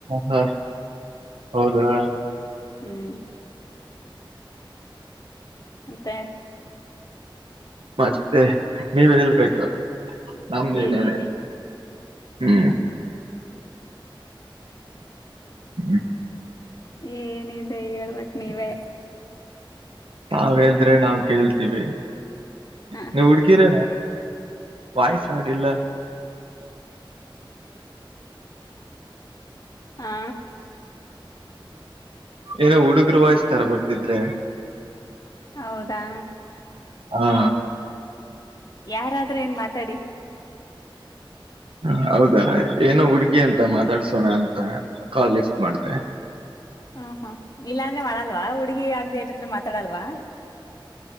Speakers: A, on the right (about 85°); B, on the left (about 45°).
A: ಹಾ ಹೌದಾ
B: ಹ್ಮ್ ಮಂತೆ
A: ಮತ್ತೆ ನೀವ ಹಳ್ಬೇಕು ನಮ ನೀನ್
B: ಏನಿ
A: ಹೇಳೆ ಹ್ಮ್ ಹ್ಮ್
B: ಏನಿದೆ ಹೇಳ್ಬೇಕಕ್ ನೀವೇ
A: ನಾವ ಎಲ್ ನಾವವು ಕೇಳ್ತೀವಿ
B: ಹ
A: ನೀ ಹುಡ್ಕಿರ ವಾಯ್ಸ ಆಗಿಲ್ಲ
B: ಹಾ
A: ಏನ ಹುಡುಗರುರುವಾಯಸ್ರ ಬರ್ತಿದ್ರೆ
B: ಹೌದಾ
A: ಹಾ
B: ಯಾರಾದ್ರೆ ಏನ್ ಮಾತಾಡಿ
A: ಹ ಹೌದಾ ಏನು ಹುಡ್ಗಿ ಅಂತ ಮಾತಾಡ್ಸೋಣ ಅಂತ ಕಾಲ್ ಎಕ್ ಮಾಡ್ದ
B: ಹ್ಮ ಹ ಇಲ್ಲಾ ಅಂದ್ರೆ ಮಾಡಲ್ವಾ ಹುಡ್ಗಿ ಆಗದೆ ಇದ್ರೆ ಮಾತಾಡಲ್ವಾ